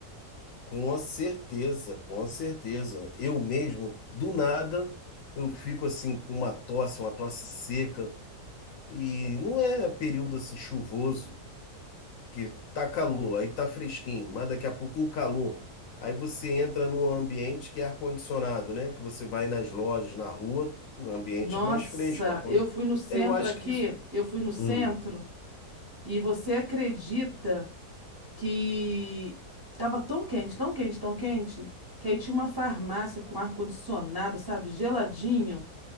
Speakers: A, on the left (about 70°); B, on the right (about 25°).
A: com certeza, com certeza. Eu mesmo, do nada, eu fico assim com uma tosse, uma tosse seca. E não é período assim chuvoso. que tá calor, aí tá fresquinho, mas daqui a pouco um calor. Aí você entra num ambiente que é ar-condicionado, né? Que você vai nas lojas, na rua, o ambiente
B: Nossa,
A: é mais fresco. ar-con-
B: eu fui no centro
A: Eu acho
B: aqui,
A: que isso.
B: eu fui no centro
A: Hum,
B: e você acredita que tava tão quente, tão quente, tão quente, que aí tinha uma farmácia com ar-condicionado, sabe, geladinho.